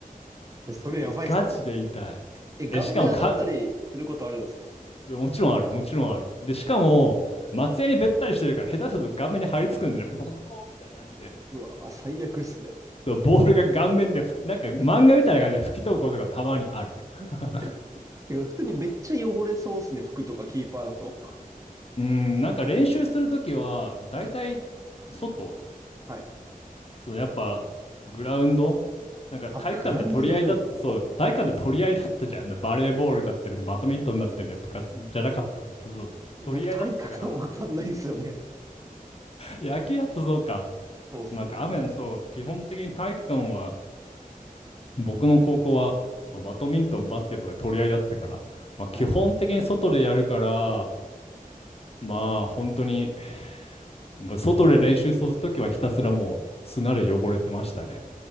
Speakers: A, on the right; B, on the left.
A: え、それやばいっすね。
B: えガチで痛い。
A: え、顔面当たったりすることあるんですか
B: え、しかもか、いやもちろんある、もちろんある。で、しかも、
A: いや、
B: 松屋にべったりしてるから、下手すると顔面に張り付くんでね、ボコーンみたいな感じで。
A: うわ、最悪っすね。
B: そうボールが顔面で吹き、なんか漫画みたいな感じで吹き飛ぶことがたまにある。
A: <laughs>
B: <laughs>
A: てか、普通にめっちゃ汚れそうっすね、服とかキーパーだと。
B: うん、なんか練習するときは、だいたい外、
A: はい。
B: そう、やっぱグラウンド、なんか体育館で取り合いだった、
A: あ、グラウンドでやるんです。
B: そう、体育館で取り合いだったじゃん。バレーボールだったり、バドミントンだったり、部活じゃなかった。そうそう、
A: 僕、
B: 取り合いだったから、
A: 体感がわかんないっすよね。
B: 野球だとそうか。
A: そうっすね。
B: なんか雨、そう、基本的に体育館は、僕の高校は、まあバドミントン、バスケとか取り合いだったから、まあ、基本的に外でやるから、
A: はいはい。
B: まあ本当に、まあ外で練習するときはひたすらもう砂で汚れてましたね。